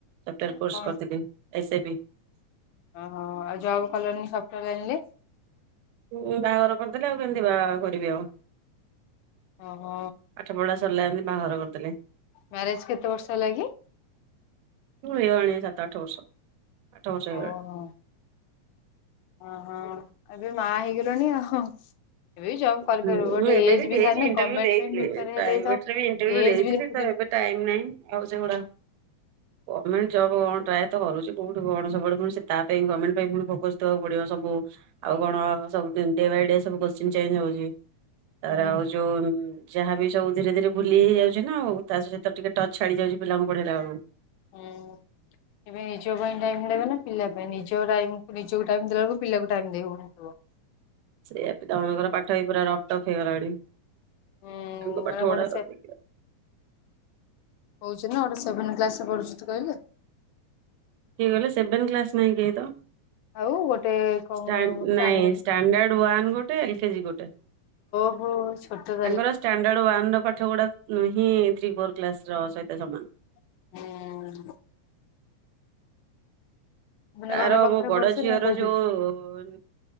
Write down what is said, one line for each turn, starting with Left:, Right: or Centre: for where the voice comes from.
Right: ସଫ୍ଟୟାର କୋର୍ସ
Left: କଣ
Right: କରୁଥିଲି ଏସ୍-ଏ-ବି।
Left: ଓହୋ ହୋ ଆଉ ଯବ୍ କଲନି ସଫ୍ଟାର ଲାଇନ୍ ରେ?
Right: ଉଁ ବାହାଘର କରିଦେଲେ ଆଉ କେମିତି ବାଆଘର କରିବି ଆଉ?
Left: ଓ ହୋ।
Right: ପାଠ ପଢା ସରିଲା ଯେମିତି ବାହାଘର କରିଦେଲେ।
Left: ମ୍ୟାରେଜ୍ କେତେ ବର୍ଷ ହେଲାକି?
Right: ହୁଁ ହେଇଗଲାଣି ସାତ ଆଠ ବର୍ଷ। ଆଠ ବର୍ଷ ହେଇଗଲାଣି।
Left: ଓହୋ ଅହ ଏବେ ମା ହେଇଗଲଣି ଆଉ। ଏବେବି ଜବ୍ କରିପାରିବୁ
Right: ମୁଁ
Left: ବଟ୍ ଏଜ
Right: ଏବେ ଦେଇଛି
Left: ବି ଥାନି
Right: ଇଣ୍ଟରଭ୍ୟୁ
Left: ଗମେଣ୍ଟ
Right: ଦେଇଥିଲି
Left: ପାଇଁ ପିପ୍ୟାର
Right: ପ୍ରାଇଭେଟରେ
Left: ହେଲେତ
Right: ବି ଇଣ୍ଟରଭ୍ୟୁ
Left: ଏଜବିତ
Right: ଦେଇଥିଲି ଏବେ ଟାଇମ ନାଇଁ ଆଉ ସେଗୁଡା ପ ଗମେଟ ଜବ୍ ହଁ ଟ୍ରାଏ ତ କରୁଚି କଉଠୁ ବଡ଼ ସପୋର୍ଟ କରୁ ସେ ତା ପାଇଁ ଗମେଣ୍ଟ ପାଇଁ ପୁଣି ଫୋକସ୍ ଦେବାକୁ ପଡିବ ସବୁ ଆଉ କଣ ସବୁ ଡେ ବାଇ ଡେ ସବୁ କୋଶ୍ଚୀନ ଚେଞ୍ ହଉଚି ତା
Left: ହୁଁ
Right: ପରେ
Left: ହୁଁ।
Right: ଆଉ ଯୋଉ ଯାହା ବି ସବୁ ଧିରେ ଧିରେ ଭୁଲି ହେଇ ହେଇଯାଉଚି ନା ଆଉ ତା ସହିତ ଟିକେ ଟଚ୍ ଛାଡି ଯାଉଛି ପିଲାଙ୍କୁ ପଢେଇଲା ବଳକୁ।
Left: ହୁଁ। ଏବେ ନିଜ ପାଇଁ ଟାଇମ୍ ଦେବେ ନା, ପିଲା ପାଇଁ, ନିଜ ଟାଇମ୍ କୁ ନିଜକୁ ଟାଇମ୍ ଦେଲା ବେଳକୁ ପିଲାକୁ ଟାଇମ୍ ଦେଇ ହଉନି।
Right: ସେଇଆତ, ଜଣଜଣଙ୍କର ପାଠ ବି ପୁରା ରଫ୍ ଟଫ୍ ହେଇଗଲାଣି। ତାଙ୍କ
Left: ଉଁ
Right: ପାଠ
Left: ମାନେ ଗୋଟେ
Right: ଗୁଡା
Left: ସେ
Right: ଦେଖିବା।
Left: କହୁଛି ନା, ଗୋଟେ ସେଭେନ କ୍ଲାସ ରେ ପଢୁଚି ତୁ କହିଲୁ।
Right: କିଏ କହିଲେ, ସେଭେନ୍ କ୍ଲାସ ନାଇଁ କେହି ତ?
Left: ଆଉ ଗୋଟେ କଣ
Right: ଷ୍ଟାଣ୍ଡ
Left: ଷ୍ଟାଣ୍ଡାର୍ଡ
Right: ନାଇଁ ଷ୍ଟାଣ୍ଡାର୍ଡ ୱାନ ଗୋଟେ, ଏଲକେଜୀ ଗୋଟେ।
Left: ହଁ ସତ।
Right: ତାଙ୍କର ଷ୍ଟାଣ୍ଡାର୍ଡ ୱାନ ର ପାଠ ଗୁଡା ହିଁ, ଥ୍ରୀ ଫୋର କ୍ଲାସ ର ସହିତ ସମାନ।
Left: ହୁଁ ମାନେ
Right: ତାର,
Left: ଘର ପାଖରେ
Right: ମୋ ବଡ
Left: ପଢୁଛନ୍ତି
Right: ଝିଅର
Left: ନା କୋଉଠି?
Right: ଯୋଉ